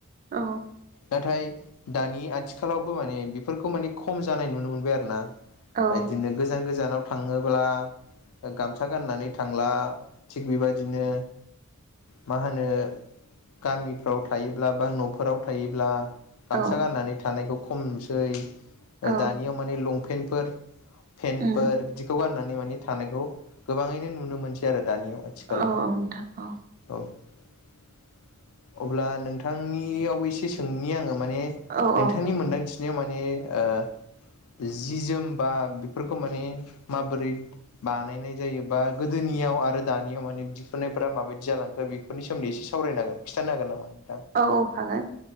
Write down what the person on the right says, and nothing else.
औ।
औ
औ
औ
उम
औ औ नोंथां औ
औ
औ
औ औ हागोन